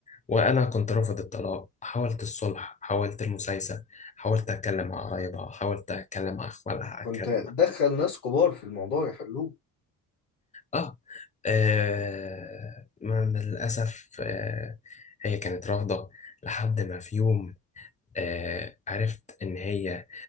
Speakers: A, on the left; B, on the left.
A: وأنا كنت رافض الطلاق حاولت الصلح حاولت المسايسة حاولت أتكلم مع قرايبها حاولت أتكلم مع أخوالها
B: كنت
A: أتكلم مع
B: دخل ناس كبار في الموضوع يحلوه
A: آه, آه. مع- للأسف آه. هي كانت رافضة لحد ما في يوم آه عرفت إن هي